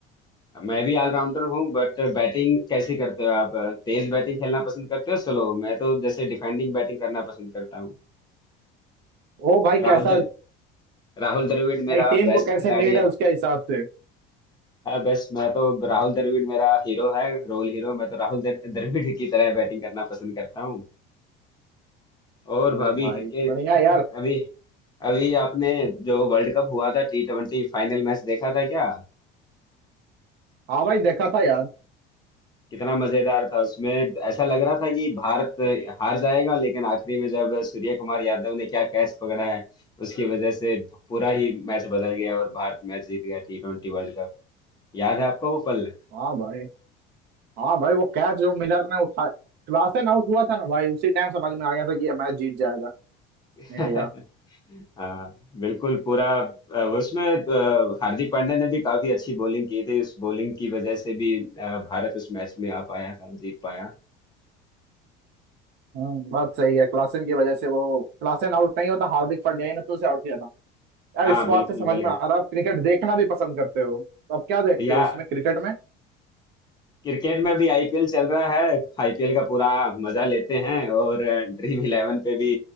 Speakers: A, on the left; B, on the right.
A: मैं भी ऑलराउंडर हूँ बट बैटिंग कैसे करते हो आप अ, तेज बैटिंग खेलना पसंद करते हो स्लो मैं तो जैसे डिफेंडिंग बैटिंग करना पसंद करता हूँ
B: ओ भाई
A: राहुल
B: कैसा
A: द्र, राहुल द्रविड़ मेरा
B: नहीं टीम
A: बेस्ट
B: को कैसे
A: खिलाड़ी
B: नीड
A: है
B: है उसके हिसाब से
A: बेस्ट मैं तो राहुल द्रविड़ मेरा हीरो है रोल हीरो मैं तो राहुल द्र- द्रविड़ की तरह बैटिंग करना पसंद करता हूँ और
B: तो
A: अभी
B: भाई
A: क्रिकेट
B: बढ़िया यार
A: अभी अभी आपने जो वर्ल्ड कप हुआ था टी ट्वेंटी फाइनल मैच देखा था क्या
B: हाँ भाई देखा था यार
A: कितना मजेदार था उसमें ऐसा लग रहा था कि भारत हार जाएगा लेकिन आखिरी में जब सूर्य कुमार यादव ने क्या कैच पकड़ा है उसकी वजह से पूरा ही मैच बदल गया और भारत मैच जीत गया टी ट्वेंटी वर्ल्ड कप याद है आपको वो पल
B: हाँ भाई हाँ भाई वो कैच जो मिलर ने उठा क्लासेन आउट हुआ था ना भाई उसी टाइम समझ में आ गया था कि ये मैच जीत जाएगा
A: <laughs>
B: इंडिया
A: हाँ बिल्कुल पूरा अ, उसमें अ, हार्दिक पांड्या ने भी काफी अच्छी बॉलिंग की थी उस बॉलिंग की वजह से भी अ, भारत उस मैच में आ पाया था जीत पाया
B: हम्म बात सही है क्लासेन की वजह से वो क्लासेन आउट नहीं होता हार्दिक पांड्या ही ने तो उसे आउट किया था यार
A: हाँ
B: इस बात
A: बिल्कुल
B: से समझ
A: बिल्कुल
B: में आ रहा है आप क्रिकेट देखना भी पसंद करते हो तो अब क्या देखते
A: या
B: हो इसमें क्रिकेट में
A: क्रिकेट में भी आईपीएल चल रहा है आईपीएल का पूरा मजा लेते हैं और ड्रीम इलेवन पे भी